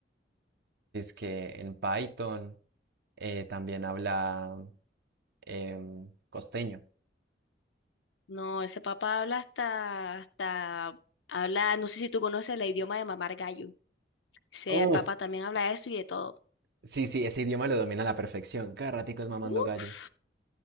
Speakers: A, on the right; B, on the left.
A: que en Python, eh, también habla em, costeño.
B: No, ese papá habla hasta, hasta, habla, no sé si tú conoces el idioma de mamar gallo. Ese
A: Uf,
B: papá también habla eso y de todo.
A: sí, sí, ese idioma lo domina a la perfección. Cada ratico es mamando
B: Uf,
A: gallo.